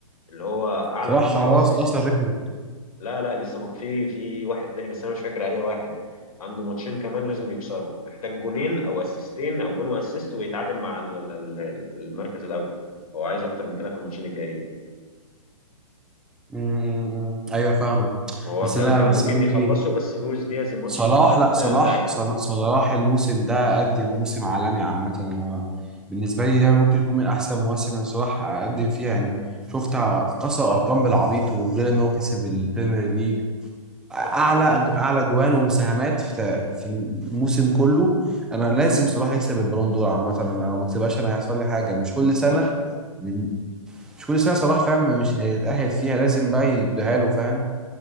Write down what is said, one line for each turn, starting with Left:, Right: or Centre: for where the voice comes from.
Left: اللي هو اعلى
Centre: صراحه
Left: جولز
Centre: خلاص
Left: واسيست
Centre: كسر ريكورد
Left: لا لا لسه ما في في واحد تاني بس انا مش فاكر اي واحد عنده ماتشين كمان لازم يكسروا محتاج جونين او اسيستين او جون واسيست ويتعادل مع ال- ال- ال- المركز الاول هو عايز اكتر من كده في الماتشين الجايين
Centre: م- م- م. ايوه فاهمك
Left: ما هو
Centre: بس
Left: كان
Centre: لا
Left: كان
Centre: بس
Left: ممكن
Centre: بقول
Left: يخلصوا
Centre: لك ايه
Left: بس لويس دياز الماتش
Centre: صلاح
Left: اللي فات
Centre: لا صلاح
Left: آه، ضيع الجول
Centre: صلاح, صلاح الموسم ده قدم موسم عالمي عامة أنا بالنسبة لي ده ممكن يكون من أحسن مواسم اللي صلاح قدم فيها يعني شفت كسر أرقام بالعبيط وغير إن هو كسب البريمير ليج أعلى
Left: طب تفتكر
Centre: أعلى جوان ومساهمات في تا- في الموسم كله أنا لازم صلاح يكسب البالون دور عامة أنا لو ما كسبهاش أنا هيحصل لي حاجة مش كل سنة
Left: ما هو الف-
Centre: مش كل سنة صلاح فاهم مش هيتأهل فيها لازم بقى يديها له فاهم